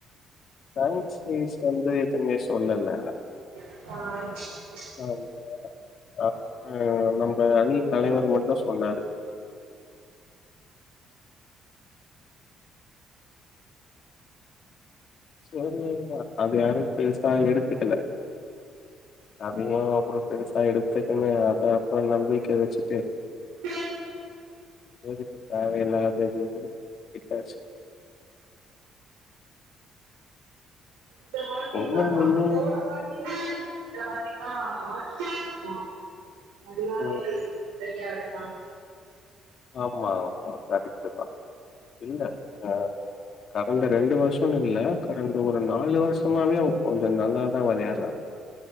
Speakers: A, on the left (about 60°); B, on the right (about 85°).
A: பிரான்சைஸ் வந்து எதுமே சொல்லல
B: ஆ
A: <unintelligible> ஆனா நம்ம அணி தலைவர் மட்டு சொன்னாரு சேரி அது யாரு பெருசா எடுத்துக்கல அதயு அப்பறோ பெருசா எடுத்துக்குன்னு அத அப்பறோ நம்பிக்க வச்சுட்டு
B: <inaudible>
A: எதுக்கு தேவையில்லாததுன்னு விட்டாச்சு
B: இந்த வாட்டிதா
A: ஒண்ணு ஒண்ணு
B: போனா வாட் இந்த வாட்டி தா ஆச்சி ஜெய்ச்சோ நல்லாவே
A: ம்
B: வெளையாடுதாம்
A: ஆமா ஆமா கரெக்ட்டுதா இல்ல ஆ கடந்த ரெண்டு வர்ஷோனு இல்ல கடந்த ஒரு நாலு வர்ஷமாவே அவ கொஞ்ச நல்லாதா வெளையாட்றா